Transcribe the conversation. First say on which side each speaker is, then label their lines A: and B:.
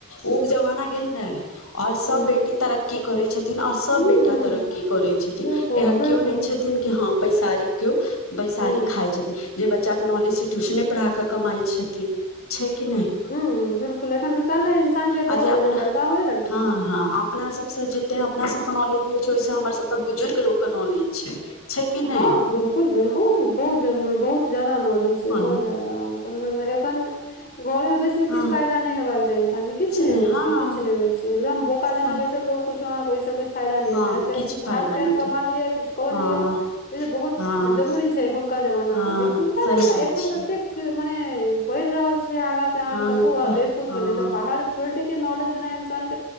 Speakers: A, on the left (about 80°); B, on the left (about 45°).
A: ओ जमाना गेल्ले रह और सभ
B: हूं
A: बेटी तरक्की तरक्की करै छथिन आओर सभ
B: हूं
A: बेटा तरक्की करै छथिन
B: बिल्कुल
A: एहन
B: बिल्कुल
A: केओ नहि छथिन नै कि हँ बैशारी केओ बैशारी
B: हूं
A: खाइ छथिन जे बच्चा के नॉलेज छै ट्यूशने पढ़ाके कमाई छथिन छै कि नहि
B: हैं बिल्कूल एखन निकलना है इंसान के
A: आ
B: बहुत
A: जे
B: ज
A: अपना
B: लड़का हो है लड़की।
A: हँ हँ अपना जते अपना सभके के नॉलेज नहि होई छै ओहिस हमर सभ के बुजुर्ग लोको के नॉलेज छै कि
B: हँ
A: नहि
B: बिल्कूल बिल्कूल बहुत जरुरी बहुत जादा नॉलेज छै
A: हँ
B: बहुत जादा एखन घर मे बैस के किछ
A: हँ
B: फायदा नहि हेवबाक के चाही इंसान के किछु ने
A: नहि
B: होइ
A: हँ
B: छै किछु ने होई छै एकदम बौका
A: सही
B: देना बैसल रहु कुछोहाँ केसा क फायदा नहि
A: हँ
B: रहै किछु
A: फायदा
B: हाथ पैर
A: नहि
B: कमा
A: छै
B: लिय आ किछु कऽ
A: हँ
B: लिअ जा बहुत
A: हँ
B: जरूरी छै एखुन का जमाना
A: हँ
B: मे एखुन का
A: सही
B: जमाना
A: बात
B: एखन
A: छियै
B: तऽ एतेक मने बढ़ि रहल छै आगहाँ
A: हँ
B: कताँ
A: तऽ
B: बेकुछ
A: हँ
B: बने बाहर फील्ड के नॉलेज बना इन्सान क